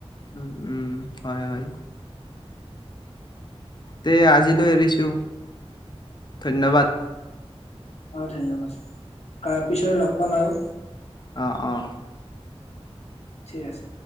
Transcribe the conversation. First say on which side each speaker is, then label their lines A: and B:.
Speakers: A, on the left; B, on the left.
A: উম উম হয় হয় তে আজিলৈ এৰিছো ধন্যবাদ
B: অঠেন বছ তাৰ পিছৰে লগ কমাৰু
A: অ অ
B: ঠিক আছে